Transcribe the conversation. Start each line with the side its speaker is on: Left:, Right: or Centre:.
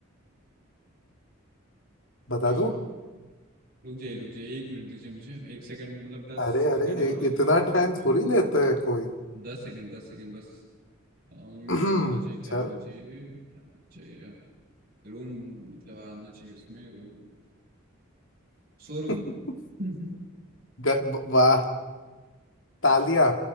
Left: बता
Right: क्या हो
Left: दूं
Right: रुक जाइए रुक जाइए एक मिनट दीजिए मुझे एक सेकंड मतलब दस
Left: अरे
Right: सेकंड
Left: अरे
Right: और
Left: इ-
Right: दे दीजिए
Left: इतना टाइम थोड़ी लेता है कोई
Right: दस सेकंड दस सेकंड बस अम्म,
Left: <clears throat>
Right: क्या होना चाहिए क्या
Left: चल
Right: होना चाहिए क्या होना चाहिए रूम मतलब आना चाहिए उसमें रूम शोरूम
Left: <laughs>
Right: <laughs>
Left: ग, वाह तालिया